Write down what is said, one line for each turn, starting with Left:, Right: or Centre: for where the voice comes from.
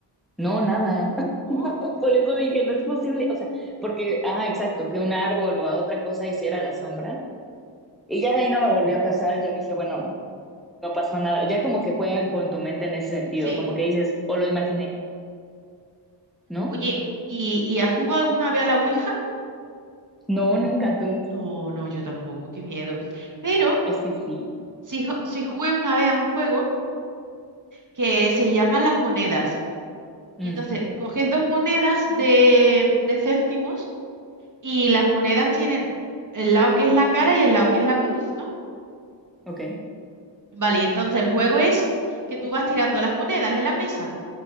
Centre: No, nada. <laughs>
Right: Uh,
Centre: Por eso dije, no es posible, o sea, porque, ajá, exacto, que un árbol o otra cosa hiciera la sombra. Y ya de ahí no me volvió a pasar, yo dije, bueno. no pasó nada. Ya como que juegan con tu mente en ese sentido,
Right: sí.
Centre: como que dices, o lo imaginé, ¿no?
Right: Oye, ¿y, y has jugado alguna vez a la Ouija?
Centre: No, nunca tú.
Right: No, no, yo tampoco, qué miedo. Pero
Centre: Es que sí.
Right: sí, ju- sí jugué una vez a un juego que se llama Las Monedas.
Centre: Mm,
Right: Y entonces coges dos monedas de, de céntimos y las monedas tienen el lado que es la cara y el lado que es la cruz, ¿no?
Centre: ok.
Right: Vale, y entonces el juego es que tú vas tirando las monedas en la mesa.